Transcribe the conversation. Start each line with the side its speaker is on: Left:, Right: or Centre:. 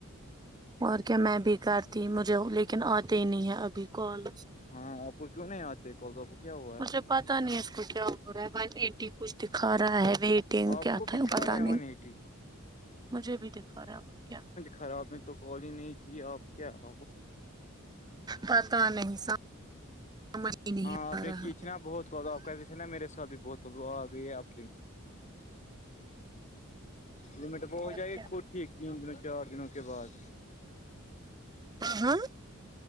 Right: اور کیا میں بھی کرتی مجھے لیکن آتے ہی نہیں ہے ابھی کال
Left: ہاں آپ کو کیوں نہیں آتے کال تو آپ کو کیا ہوا ہے
Right: مجھے پتا نہیں اس کو کیا ہو رہا ہے ب ایٹی کچھ دکھا رہا ہے دین
Left: آپ
Right: کیا
Left: کو
Right: تھا
Left: بھی دکھا
Right: پتا
Left: رہا ہے
Right: نہیں
Left: ون ایٹی
Right: مجھے بھی دکھا رہا ہے اور کیا
Left: خراب میں تو کال ہی نہیں کیے آپ کیا <inaudible>
Right: پتا نہیں سمجھ ہی نہیں
Left: ہاں آپ
Right: آ
Left: نے
Right: رہا
Left: کیچھی نا بہت کر آپ کہتے نا میرے ساتھ بہت کر اب لمٹ وہ ہو
Right: اور
Left: جائے گی
Right: کیا
Left: خود ٹھیک دنوں چار دنوں کے بعد
Right: ہاں